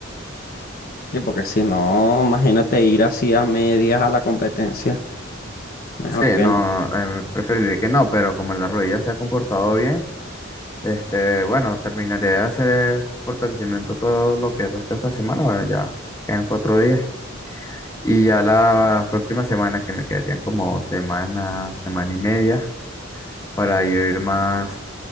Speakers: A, on the left; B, on the left.
A: Sí, porque si no, imagínate ir así a medias a la competencia. Mejor
B: Sí,
A: que
B: no,
A: no.
B: eh, preferiría que no, pero como la rodilla se ha comportado bien, este, bueno, terminaré de hacer fortalecimiento todo lo que resta esta semana, bueno, ya quedan cuatro días. Y ya las próximas semanas, que me quedarían como semana, semana y media, para ir más,